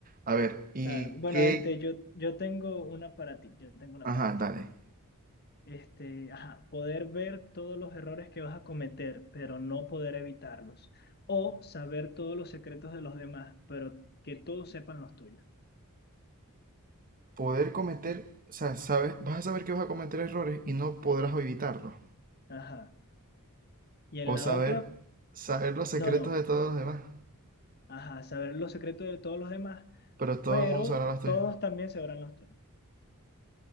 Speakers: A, on the right (about 40°); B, on the left (about 45°).
A: A ver, y
B: Claro. Bueno,
A: qué,
B: este, yo, yo tengo una para ti, yo tengo una
A: ajá,
B: para ti.
A: dale.
B: este, ajá, poder ver todos los errores que vas a cometer, pero no poder evitarlos. O saber todos los secretos de los demás, pero que todos sepan los tuyos.
A: Poder cometer, o sea, sabes, vas a saber que vas a cometer errores y no podrás evitarlos.
B: Ajá. Y en
A: O
B: la
A: saber,
B: otra,
A: saber los secretos
B: no, no.
A: de todos los demás,
B: Ajá, saber los secretos de todos los demás,
A: pero todo
B: pero
A: el mundo sabrá los tuyos.
B: todos también sabrán los tuyos.